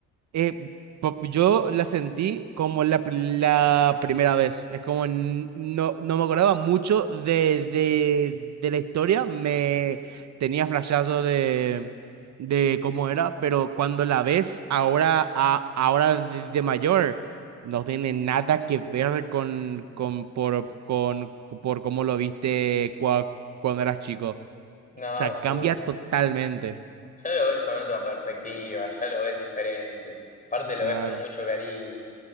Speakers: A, on the right; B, on the left.
A: eh, pop- yo la sentí como la, pri- la primera vez. Es como n- no, no me acordaba mucho de, de, de la historia. Me tenía flashazo de, de cómo era, pero cuando la ves ahora, a, ahora de, de mayor, no tiene nada que ver con, con, por, con, por cómo lo viste cua- cuando eras chico. O
B: No,
A: sea, cambia
B: sí.
A: totalmente.
B: Ya lo ves con otra perspectiva, ya lo ves diferente. Aparte lo
A: Claro.
B: ves con mucho cariño.